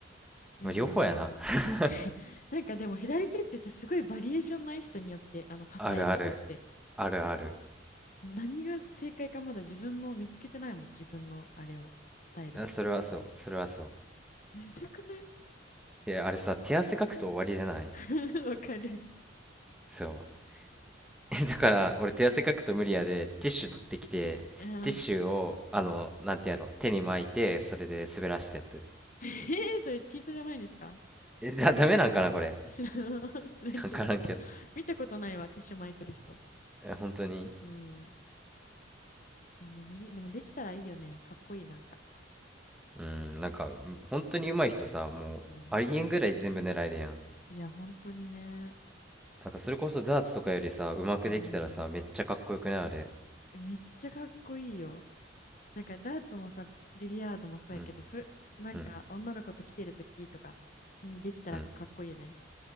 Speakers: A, on the left; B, in the centre.
A: うん
B: まあ両方やな。
A: うん
B: <laughs>
A: <laughs> なんかでも左手ってさ、すごいバリエーションない人によって、あの、支える手って。
B: あるある、あるある。
A: 何が正解かまだ自分の見つけてないもん。自分のあれを、スタイルを。
B: あそれはそう、それはそ
A: むずくない
B: う。いや、あれさ、手汗かくと終わりじゃない
A: くん <laughs> わかる。
B: そう。<laughs> だから、俺手汗かくと無理やで、ティッシュ取ってきて、
A: うん。あ
B: ティッシュを、
A: ーうん、
B: あの、なんてやろう、手に巻いて、それで滑らしてやってる。
A: <laughs> えー、それチートじゃないですか
B: え、だ、ダメなんかな、これ。
A: 知らん、<laughs> 知らんけど。
B: <laughs> わからんけど。
A: 見たことないわ、ティッシュ巻いとる人。
B: え、本当に
A: うん。そうね、ミリ、でもできたらいいよね。かっこいい、なんか。
B: うん、なんか、本当に上手い人さ、もう、
A: うん。
B: ありえんぐらい全部狙えるやん。
A: いや、本当にね。
B: なんかそれこそダーツとかよりさ、うまくできたらさ、
A: うん。
B: めっちゃかっこよくないあれ。
A: めっちゃかっこいいよ。なんかダーツもさ、ビリヤードもそうやけど、
B: うん、
A: そういう、なんか女の子と来てるときとかにできたらかっこいいよね。
B: うん、うん。